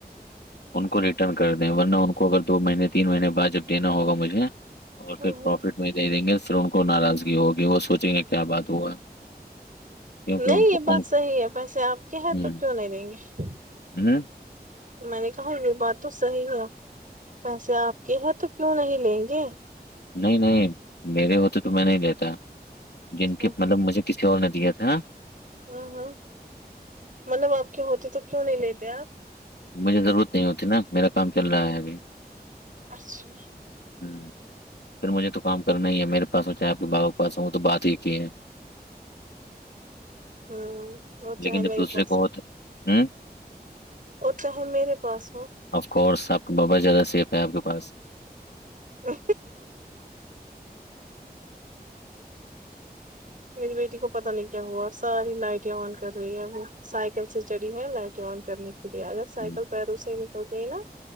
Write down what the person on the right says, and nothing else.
ہ
ہ
نہیں
یہ بات
صحیح ہے پیسے آپ کے ہیں
تو کیوں نہیں دیں گے
میں نے کہا یہ بات تو صحی ہے پیسے آپ کے ہیں تو کیوں نہیں لیں گے
ہ
ہاں ہاں مطلب آپ کے ہوتے تو کیوں نہیں لیتے آپ
اچھا
ہوں اور چاہے
میرے
پاس
ہو
اور چاہے میرے پاس ہو
ہ میری بیٹی کو پتا نہیں کیا ہوا ساری لائٹیں آن کر رہی ہے اب سائیکل سے چڑی ہیں لائٹیں آن کرنے کی اگر سائیکل
پیرو سے نکل گئی نا